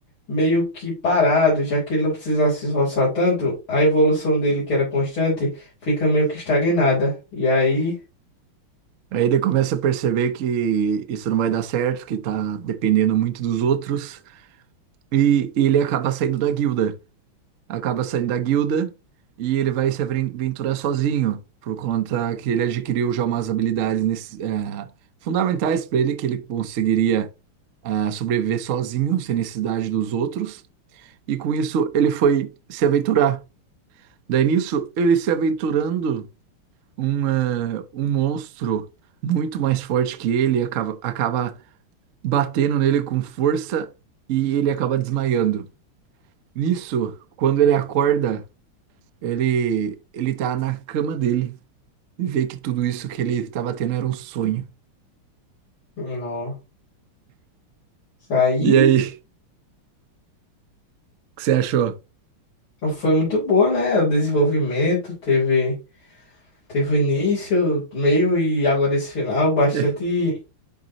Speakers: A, on the left (about 70°); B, on the right (about 60°).
A: meio que parado, já que ele não precisava se esforçar tanto, a evolução dele, que era constante, fica meio que estagnada. E aí,
B: Aí ele começa a perceber que isso não vai dar certo, que tá dependendo muito dos outros, e ele acaba saindo da guilda. acaba saindo da guilda e ele vai se aven- aventurar sozinho, por conta que ele adquiriu já umas habilidades nesse- eh, fundamentais para ele, que ele conseguiria eh, sobreviver sozinho, sem necessidade dos outros, e com isso ele foi se aventurar. Daí nisso, ele se aventurando, um, eh, um monstro muito mais forte que ele acaba, acaba batendo nele com força e ele acaba desmaiando. Nisso, quando ele acorda, Ele, ele tá na cama dele e vê que tudo isso que ele tava tendo era um sonho.
A: nossa, aí
B: E aí, o que você achou?
A: foi muito boa, né? O desenvolvimento teve, teve o início, meio e agora esse final bastante
B: É